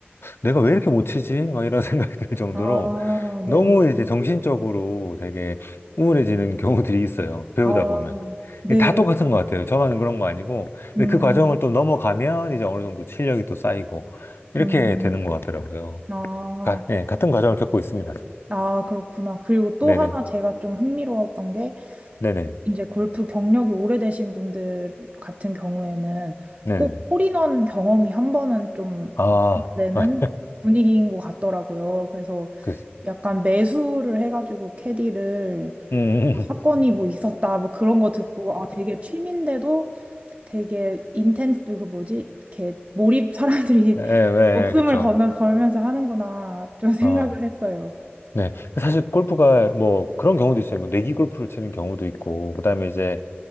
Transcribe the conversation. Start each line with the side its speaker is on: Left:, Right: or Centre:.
Left: 내가 왜 이렇게 못 치지? 막 이런 <laughs> 생각이 들 정도로
Right: 아, 네.
Left: 너무
Right: 네.
Left: 이제 정신적으로 되게 우울해지는 <laughs> 경우들이 있어요. 배우다
Right: 아,
Left: 보면.
Right: 네.
Left: 이게 다 똑같은 것 같아요. 저만 그런 거 아니고. 근데
Right: 음,
Left: 그 과정을 또 넘어가면 이제 어느 정도 실력이 또 쌓이고 이렇게
Right: 음.
Left: 되는 것 같더라고요.
Right: 아.
Left: 가, 예, 같은 과정을 겪고 있습니다.
Right: 아, 그렇구나. 그리고 또
Left: 네네.
Right: 하나 제가 좀 흥미로웠던 게,
Left: 네네.
Right: 이제 골프 경력이 오래되신 분들 같은 경우에는
Left: 네네네.
Right: 꼭 홀인원 경험이 한 번은 좀
Left: 아,
Right: 있어야 되는
Left: 아,
Right: 분위기인 것 같더라고요. 그래서
Left: 그,
Right: 약간 매수를 해가지고 캐디를
Left: 음, 음.
Right: 뭐
Left: 음.
Right: 사건이 뭐 있었다, 뭐 그런 거 듣고, 아, 되게 취미인데도 되게 인텐스, 그 뭐지? 이렇게 몰입 사람들이
Left: 예, 예, 예,
Right: <laughs> 목숨을
Left: 예, 그쵸.
Right: 건 걸면서 하는구나, 좀 생각을
Left: 아,
Right: 했어요.
Left: 네. 사실 골프가 뭐 그런 경우도 있어요. 뭐 내기 골프를 치는 경우도 있고, 그 다음에 이제